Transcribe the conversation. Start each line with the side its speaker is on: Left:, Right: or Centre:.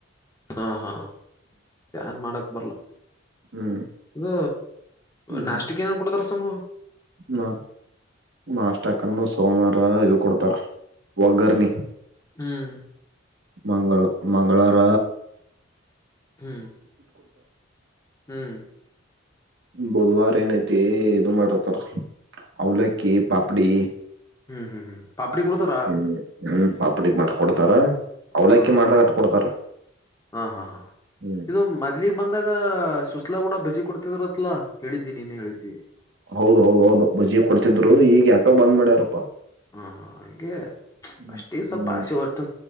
Left: ಹಾ ಹಾ ನ್ ಮಾಡಕ್ ಬರ್ಲ
Right: ಹ್ಮ್
Left: ಇಗ
Right: ಹ್ಮ್
Left: ನಾಷ್ಟಿಕ ಏನನ್ ಕೊಡತಾರ ಸಂಗು
Right: ನಾ ನಾಷ್ಟಕನ್ನು <inaudible> ಕೊಡ್ತಾರ ಒಗರ್ನಿ
Left: ಹ್ಮ್
Right: ಮಂಗಳ ಮಂಗಳಾರ
Left: ಹ್ಮ್ ಹ್ಮ್
Right: ಬುಧವಾರ ಏನ ಐತಿ ಏ ಇದು ಮಾಡತಾರ ಅವಲಕ್ಕಿ ಪಾಪಡಿ
Left: ಹ್ಮ್ ಹ್ಮ್ ಹ್ಮ್ ಪಾಪಡಿ
Right: ಹ್ಮ
Left: ಕೊಡ್ತಾರ
Right: ಹ್ಮ್ ಪಾಪಡಿಗ್ ಮಾಡಕೊಡ್ತಾರ
Left: ಹ ಹಾ
Right: ಅವಲಕ್ಕಿ
Left: ಹಾ
Right: ಮಾಡ್ದಟ್ ಕೊಡ್ತಾರ
Left: ಹಾ ಹಾ ಹಾ
Right: ಹ್ಮ್
Left: ಇದು ಮದ್ಲಿಗ್ ಬಂದಾಗ ಸುಸ್ಲಾ ಕೂಡ ಬಜಿ ಕೊಡ್ತಿದ್ರತ್ಲಾ ಹೇಳಿದ್ದಿ ನೀನ್ ಹೇಳಿದ್ದಿ
Right: ಹೌದ ಹೌದು ಹೌ ಬಜಿ ಕೊಡ್ತಿದ್ರು ಈಗ ಯಾಕ ಬಂದ್ ಮಾಡ್ಯಾರಪ್ಪಾ
Left: ಹಾ ಹಾ ಹಂಗೆ
Right: ಹ್ಮ್
Left: ಅಷ್ಟಿಗೆ ಸ್ವಲ್ಪ ಆಶೆ ಹೊಟ್ಟ